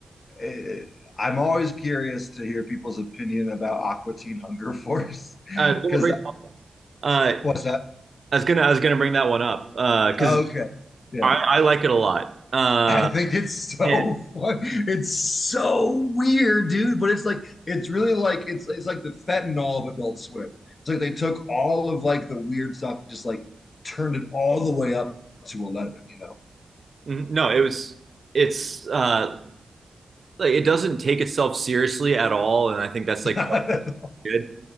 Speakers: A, on the left; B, on the right.
A: it, I'm always curious to hear people's opinion about Aqua Teen Hunger Force
B: Uh, I
A: <laughs>
B: was gonna
A: because
B: bring, uh, I
A: what's that?
B: was gonna I was gonna bring that one up uh, because
A: Oh, okay. Yeah.
B: I I like it a lot. Uh,
A: <laughs> I think it's so
B: and
A: fun. It's so weird, dude, but it's like it's really like it's it's like the fentanyl of Adult Swim. It's like they took all of like the weird stuff and just like turned it all the way up to 11, you know?
B: n- no, it was it's uh like it doesn't take itself seriously at all, and I think that's
A: <laughs>
B: like
A: Not
B: part
A: at
B: of
A: all.
B: good.